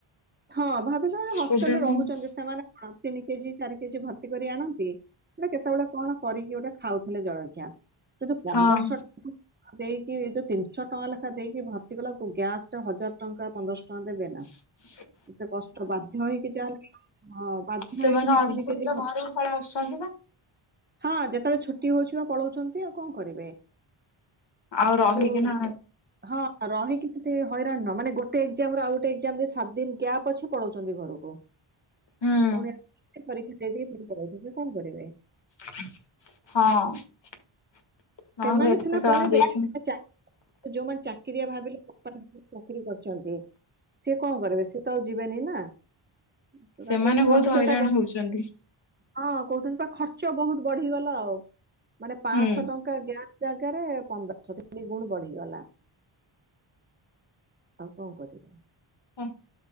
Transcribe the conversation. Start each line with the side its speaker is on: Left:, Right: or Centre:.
Right: ହ <unintelligible> ହଁ ଭାବିଲ ହଷ୍ଟେଲରେ
Left: ଷ୍ଟୁଡେଣ୍ଟ
Right: ରହୁଛନ୍ତି ସେମାନେ ତିନି କେଜି ଚାରି କେଜି ଭର୍ତି କରି ଆଣନ୍ତି। ଗୋଟେ କେତେବେଳେ କଣ କରିକି ଗୋଟେ ଖାଉଥିଲେ ଜଳଖିଆ କିନ୍ତୁ ପନ୍ଦରଶହ
Left: ହଁ
Right: ଟଙ୍କା ଦେଇକି ଏ ଯୋଉ ତିନିଶହ ଟଙ୍କା ଲେଖା ଦେଇକି ଭର୍ତ୍ତି କଲା ଗ୍ୟାସ୍ ହଜାର୍ ଟଙ୍କା ପନ୍ଦର୍ ଶ ଟଙ୍କା ଦେବେ ନା।
Left: ହ <unintelligible>
Right: ଏତେ କଷ୍ଟ ବାଧ୍ୟ ହେଇକି ଚା ହଁ ବାଧ୍ୟ
Left: ସେମାନେ
Right: ହେଇକି ଦି
Left: ଅଧା
Right: ତୀନି କେଜି
Left: ପିଲା
Right: ହ
Left: ଘରକୁ ପଳେଇ ଆସୁଛନ୍ତି ବା
Right: ହଁ ଯେତେବେଳେ ଛୁଟି ହୋଉଛି ପା ପଳୋଉଛନ୍ତି ଆଉ କଣ କରିବେ।
Left: ଆଉ
Right: ଏଇ
Left: ରହିକିନା
Right: ଯୋଉ ହଁ ରହିକିଛି ହଇରାଣ ନୁ ମାନେ ଗୋଟେ ଏକ୍ଜାମ ଆଉ ଗୋଟେ ଏକ୍ଜାମ ସାତ୍ ଦିନ୍ ଗ୍ୟାପ୍ ଅଛି ପଳୋଉଚନ୍ତି ଘରକୁ।
Left: ହୁଁ।
Right: ପୁଣି ପରୀକ୍ଷା ଦେଇଦେଇ ପୁଣି ଏବେ ମୁଁ କଣ କରିବି।
Left: ହଁ। ନହେଲେ
Right: ସେମାନେ
Left: ଏତେ
Right: ସିନା
Left: ଟଙ୍କା
Right: ପଳେଇବେ
Left: ଦେଇକି
Right: ଯୋଉମାନେ ଚା ଯୋଉମାନେ ଚା ଚାକିରିଆ ଭାବିଲୁ‌ ବାପା ତାଙ୍କର ଚାକିରି କରିଚନ୍ତି। କଣ କରିବେ ସିଏ ତ ଆଉ ଯିବେନି ନା ତ
Left: ସେମାନେ
Right: ତାଙ୍କୁ ଖର୍ଚ୍ଚ
Left: ବହୁତ ହଇରାଣ
Right: ଟା ବ
Left: ହଉଛନ୍ତି।
Right: ହଁ କୋହୁଚନ୍ତି ଖର୍ଚ୍ଚ ବହୁତ୍ ବଢିଗଲା ଆଉ ମାନେ ପାଂଶହ
Left: ହୁଁ
Right: ଟ ଗ୍ୟାସ୍ ଜାଗାରେ ପନ୍ଦରଶହ ତିନି ଗୁଣ୍ ବଢିଗଲା। ଆଉ କଁ କରିବି?
Left: ହଁ